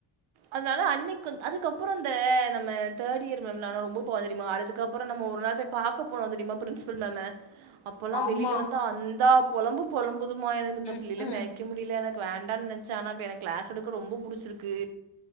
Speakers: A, on the right (about 75°); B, on the left (about 55°).
A: அதுனால அன்னைக் கொஞ் அதுக்கப்பறோ இந்த நம்ம தேர்ட் இயர் மேமு நானு ரொம்ப <unintelligible> தெரியுமா அதுக்கப்பறோ நம்ம ஒரு நாது பாக்க போனோ தெரியுமா பிரின்சிபல் மேம்ம அப்பல்லா
B: ஆமா
A: வெளில வந்து அந்தா பொலம்பு பொலம்புதுமா எனக்கு இந்த
B: ம்
A: பிள்ளகள
B: ம்
A: மேக் க முடில எனக்கு வேண்டான் நென்ச்சே ஆனா எனக்கு கிளாஸ் எடுக்க ரொம்ப புடுச்சுருக்கு